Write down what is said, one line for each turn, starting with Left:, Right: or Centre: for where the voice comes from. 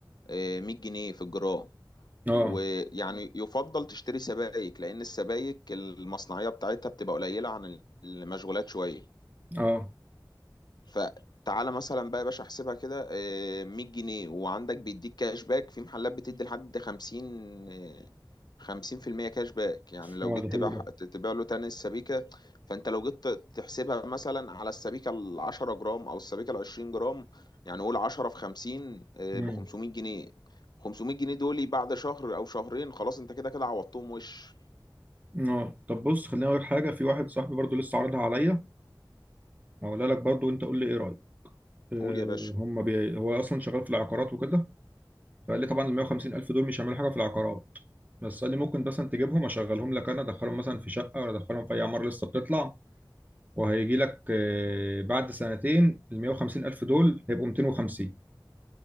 Left: آه، 100 جنيه في الجرام
Right: اه
Left: ويعني يفضل تشتري سبائك لأن السبائك المصنعية بتاعتها بتبقى قليلة عن المشغولات شوية
Right: اه
Left: فتعالى مثلا بقى يا باشا احسبها كده آه، 100 جنيه وعندك بيديك كاش باك في محلات بتدي لحد 50 آه، 50% كاش باك يعني لو
Right: اه
Left: جيت
Right: ده حلو
Left: تبيع
Right: ده
Left: تبيع له تاني السبيكة فانت لو جيت تحسبها مثلا على السبيكة ال 10 جرام او السبيكة ال 20 جرام يعني قول 10 في 50 ب
Right: مم.
Left: 500 جنيه 500 جنيه دول بعد شهر او شهرين خلاص انت كده كده عوضتهم وش
Right: اه طب بص خليني اقول لك حاجه في واحد صاحبي برضو لسه عارضها عليا هقولها لك برضو وانت قول لي ايه رايك آه
Left: قول يا باشا
Right: هم بي... هو اصلا شغال في العقارات وكده فقال لي طبعا ال 150 الف دول مش هيعملوا حاجه في العقارات بس قال لي ممكن مثلا تجيبهم اشغلهم لك انا ادخلهم مثلا في شقه ولا ادخلهم في اي عماره لسه بتطلع وهيجي لك آه، بعد سنتين ال 150 الف دول هيبقوا 250